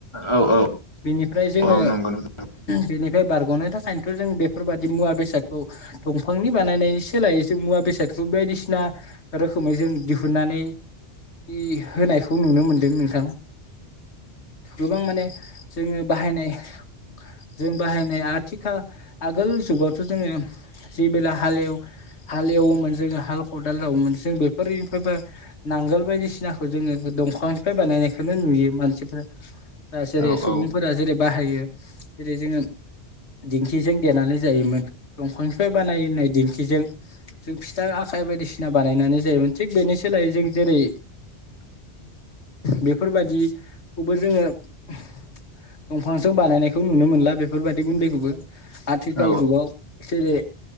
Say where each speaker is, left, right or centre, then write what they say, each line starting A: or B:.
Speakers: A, on the left; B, on the left.
A: औ औ
B: बेनिफ्राय जोङो
A: औ नंगौ नंगौ
B: बेनिफ्राय बारग'नो थाखायथ' जों बेफोरबायदि मुवा बेसादखौ <unintelligible> दफांनि बानायनाय सोलाय जों मुवा बेसादखौ बायदिसिना रोखोमै जों दिहुनन्नानै <unintelligible> होनायखौ नुनो मोनदों नोंथां। गोबां माने जोङो बाहायनाय जों बाहायनाय आथिखाल आगोल जुगावथ' जोङो जेबेला हालेव हाल एवोमोन जोङो हाल खदाल जावोमोन जों बेफोरनिफ्रायबा नांगोल बायदिसिनाखौ जोङो दंफांनिफ्राय बानायनायखोनो नुयो मानसिफोर ओ जेरै
A: औ
B: सुबुंफोरा
A: औ
B: जेरै बाहायो। जेरै जोङो दिंखिजों देनानै जायोमोन दंफां बानायनाय दिंखिजों जों फिथा आखाइ बायदिसिना बानायनानै जायोमोन। थिग बेनि सोलायै जों जेरै बेफोरबादि खौबो जोङो <inaudible> दंफांजों बानायनायखौ नुनो मोनला बेफोरबायदि गुन्दैखौबो। आथिखाल
A: औ
B: जुगाव जेरै